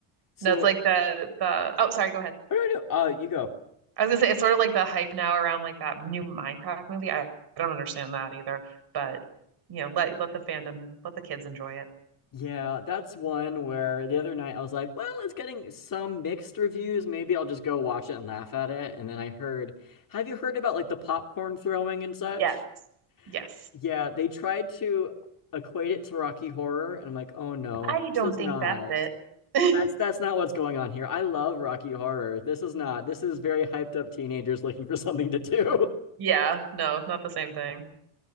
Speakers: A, on the left; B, on the right.
A: So,
B: no, it's
A: what
B: like the the. Oh, sorry, go ahead.
A: do I do? Uh, you go.
B: I was gonna say it's sort of like the hype now around like that new Minecraft movie. I, I don't understand that either, but you know, let let the fandom, let the kids enjoy it.
A: Yeah, that's one where the other night I was like, well, it's getting some mixed reviews. Maybe I'll just go watch it and laugh at it. And then I heard, have you heard about like the popcorn throwing and such?
B: Yes. Yes.
A: Yeah, they tried to equate it to Rocky Horror, and I'm like, oh no,
B: I don't
A: this is
B: think
A: not.
B: that's it. <laughs>
A: That's that's not what's going on here. I love Rocky Horror. This is not. This is very hyped up teenagers looking for something to do. <laughs>
B: Yeah, no, not the same thing.